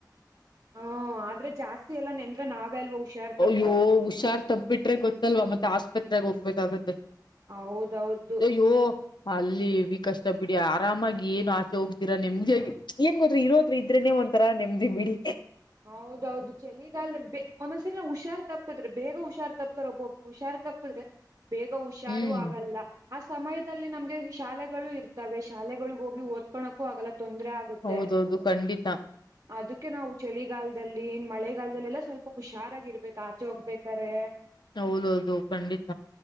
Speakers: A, on the right; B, on the left.
A: ಹ ಆದ್ರೆ ಜಾಸ್ತಿ ಎಲ್ಲ ನೆಂದ್ರ ನಾವ ಅಲ್ವ ಹುಷಾರ್ತಪ್ಪ
B: ನೀ ಹುಷ ರ್ ತಬ್ಬಿಟ್ರೆ ಗೊತ್ತಲ್ವ ಮತ್ತೆ ಆಸ್ಪತ್ರೆಗೆ ಹೋಗ್ಬೇಕಾಗತ್ತೆ
A: ಹೌದೌದು
B: ಅಯ್ಯೊ ಅಲ್ಲಿ ಹೆವಿ ಕಷ್ಟ ಬಿಡಿ ಆರಾಮಾಗಿ ಏನು ಆಚೆ ಹೋಗ್ ರಾ ನೆಮ್ಮದಿ ಆಗಿ ಏನ್ ಗೊತ್ತ ಇರೋದ್ ಇದ್ರೆನೆ ಒಂಥರಾ ನೆಮ್ಮ್ದಿ ಬಿಡಿ
A: ಹೌದೌದು ಚಳಿಗಾಲಧಲಿ ಬೆ ಒಂದೊಂದ್ಸರಿ ನಾ ಹುಷಾರ್ ತಪ್ಪಪಿದ್ರೆ ಬೇಗ ಹುಷಾರ್ ತಪ್ಪತಾರ ಒಬ್ಬಬ್ರು ಹುಷಾರ್ ತಪ್ಪಪಿದ್ರೆ ಬೇಗ ಹುಷಾರು
B: ಹ್ಮ್
A: ಆಗಲ್ಲ ಆ ಸಮಯದಲ್ಲಿ ನಮ್ಗೆ ಶಾಲೆಗಳು ಇರ್ತವೆ ಶಾಲೆಗಳಗ್ ಹೋಗಿ ಓದ್ಕೋಳಕೂ ಆಗಲ ತೊಂದರೆ ಆಗುತ್ತೆ
B: ಹೌದೌದು ಖಂಡಿತ
A: ಅದಕ್ಕೆ ನಾವು ಚಳಿಗಾಲದಲ್ಲಿ ಇನ್ ಮಳೆಗಾಲದಲ್ಲಿಲ್ಲಾ ಸ್ವಲ್ಪ ಹುಷಾರಾಗಿರ್ಬೇಕು ಆಚೆ ಹೋಗ್ಬೇಕ್ರೆ
B: ಹೌದೌದು ಖಂಡಿತ